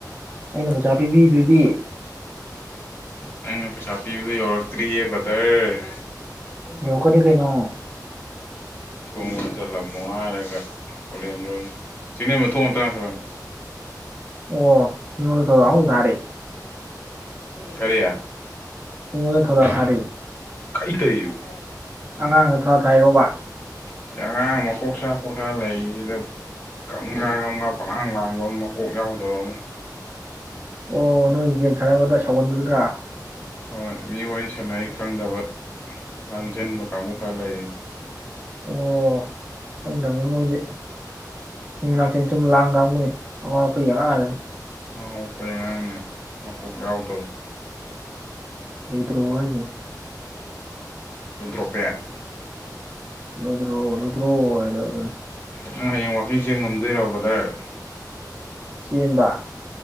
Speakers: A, on the right; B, on the left.
A: ꯑꯩꯅ ꯄꯩꯁꯥ ꯄꯤꯕꯤꯗꯨꯗꯤ
B: ꯅꯪꯅ ꯄꯩꯁꯥ ꯄꯤꯕ ꯌꯧꯔꯛꯇ꯭ꯔꯤꯌꯦ ꯕ꯭ꯔꯗꯔ
A: ꯌꯧꯔꯛꯀꯅꯤ ꯀꯩꯅꯣ
B: ꯊꯣꯡ ꯂꯣꯟꯖꯤꯜꯂꯝꯃꯣ ꯍꯥꯏꯔꯒ ꯑꯣꯂꯦꯟꯗ꯭ꯔꯣꯖꯤ ꯆꯤꯡꯂꯦꯝꯕꯥ ꯊꯣꯡ ꯑꯝꯇ ꯉꯥꯁꯤꯜꯂꯝꯃꯣ
A: ꯑꯣ ꯃꯤꯉꯣꯟꯗ ꯊꯧꯗꯥꯡ ꯑꯃꯨꯛ ꯊꯥꯔꯤ
B: ꯀꯔꯤ
A: ꯃꯤꯉꯣꯟꯗ ꯊꯧꯗꯥꯡ ꯊꯥꯔꯤ
B: ꯀꯩ ꯇꯧꯋꯤꯖꯤꯕꯣ
A: ꯑꯉꯥꯡꯗ ꯊꯧꯗꯥꯡ ꯊꯥꯏꯔꯣꯕ
B: ꯁꯤ ꯑꯉꯥꯡ ꯃꯀꯣꯛ ꯆꯥꯛꯄ ꯈꯔ ꯂꯩ ꯁꯤꯗ ꯒꯝꯒꯥ ꯒꯝꯒꯥ ꯄꯂꯥꯡ ꯂꯥꯡ ꯃꯀꯣꯛ ꯌꯥꯎꯗꯕ ꯑꯃ
A: ꯑꯣ ꯅꯣꯏꯒꯤ ꯒꯦꯝ ꯁꯥꯟꯅꯕꯗ ꯁꯧꯒꯟꯕꯗꯨꯔꯥ
B: ꯍꯣꯏ ꯃꯤ ꯋꯥꯔꯤ ꯁꯅꯔꯤ ꯈꯪꯗꯕ ꯂꯥꯡꯖꯤꯟꯕ ꯀꯥꯡꯕꯨ ꯈꯔ ꯂꯩ
A: ꯑꯣ ꯈꯪꯗꯝꯅꯤ ꯃꯣꯏꯗꯤ ꯃꯤ ꯃꯅꯥꯛ ꯆꯪ ꯆꯪ ꯂꯥꯡ ꯀꯥꯡꯕꯨꯅꯤ ꯑꯉꯥꯎ ꯑ ꯐꯩ ꯑꯉꯥꯡ ꯉꯥꯛꯇꯅꯤ
B: ꯑꯉꯥꯎ ꯑ ꯐꯩ ꯑꯉꯥꯡꯅꯦ ꯃꯀꯣꯛ ꯌꯥꯎꯗꯕ
A: ꯎꯗ꯭ꯔꯣ ꯍꯥꯏꯖꯤꯅꯦ
B: ꯂꯨꯗ꯭ꯔꯣꯄꯦ
A: ꯂꯨꯗ꯭ꯔꯣ ꯂꯨꯗ꯭ꯔꯣ ꯍꯥꯏꯗꯣ ꯑꯗꯨꯅꯤ
B: ꯅꯪ ꯍꯌꯦꯡ ꯋꯥꯜꯀꯤꯡ ꯆꯦꯟ ꯉꯝꯗꯣꯏꯔꯣ ꯕ꯭ꯔꯗꯔ
A: ꯆꯦꯟꯕ